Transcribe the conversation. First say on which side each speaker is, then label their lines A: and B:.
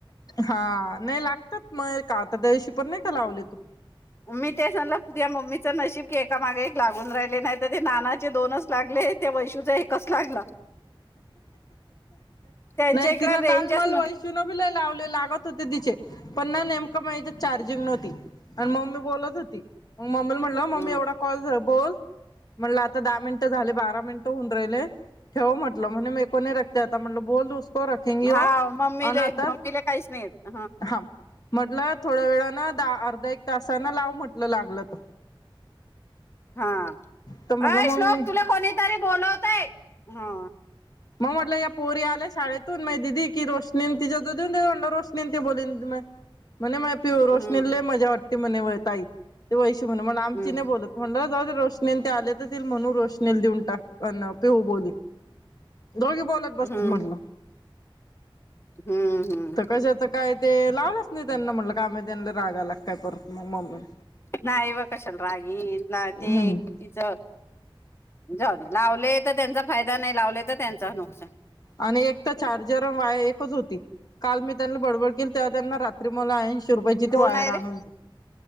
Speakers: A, on the left; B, on the left.
A: हा नाही लागतात मग का आता त्या दिवशी पण नाही का लावले तु
B: मी ते म्हणलं मम्मीच नशीब की एका मागे एक लागून राहिले नाही तर ते नानाचे दोनच लागले आहेत. त्या वैशूज हे एकस लागला. त्यांच्या
A: नाहीय
B: इकडं
A: तिना
B: रेंजच
A: काल मला
B: न
A: वाईस तिलाबी लई लावले लागतं होते तिचे पण ना नेमकं माझं चार्जिंग नव्हती. आणि मम्मी बोलत होती मग मम्मीला म्हटलं मम्मी
B: हम्म.
A: एवढा कॉल झा बोल म्हटलं आता दहा मिनिटं झाले बारा मिनिटं होऊन राहिले ठेव म्हटलं. म्हणे मे कोोने रक्तेता म्हट बोलस <unintelligible> रखेग
B: हा
A: व
B: मम्मीले
A: अनाथ
B: मम्मीले काहीच नाही येत
A: हा <unintelligible> म्हटलं थोड्या वेळान दहा अर्धा एक तासान लाव म्हटलं लागलं तर
B: हा
A: तर म्हटलं
B: अ
A: मग
B: श्लोक तुला कोणीतरी बोलवत आहे हा
A: मग म्हटलं या पोरी आल्या शाळेतून मग दिदी की रोशनी निती ज देऊनं रोष नि बोल म म्ह म माय पि रोस
B: हम्म
A: निले मजा वाटत <unintelligible> म्हणे ताई ते वैशी म्हणे आमची
B: हम्म
A: नाही बोलत म्हणे जाऊ दे रोशनी न ते आलेत म्हणून रोशनीला देऊन टाक अ पे हो बोलली <unintelligible> दोघी बोलत
B: हम्म
A: बसतील म्हटलं
B: हम्म हम्म
A: तर कशा तर काय ते लावलंच नाही त्यांना म्हटलं कामही त्यांना रागायला काय परत मग मम्मी
B: नाही येव कशाल राग येईल ते
A: हम्म
B: तिचं जाऊदे लावले तर त्यांचा फायदा नाही लावले तर त्यांच नुकसान
A: आणि एक तर चार्जर वा एकच होती. काल मी त्यांना बडबड केली तेव्हा त्यांना रात्री मला ऐनशी रुपायाची ती
B: कोण
A: वायर
B: आहे रे
A: आणून